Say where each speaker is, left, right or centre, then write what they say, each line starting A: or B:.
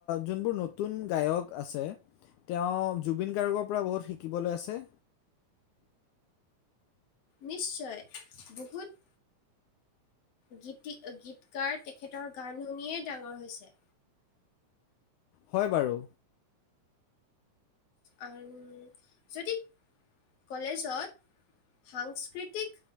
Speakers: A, on the left (about 80°); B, on the left (about 55°).
A: যোনবোৰ নতুন গায়ক আছে- তেওঁ জুবিন গাৰ্গৰ পৰা বহুত শিকিবলৈ আছে।
B: নিশ্চয় বহুত- গীতি গীতকাৰ তেখেতৰ গান শুনিয়েই ডাঙৰ হৈছে।
A: হয় বাৰু।
B: আৰু যদি কলেজত- সাংস্কৃতিক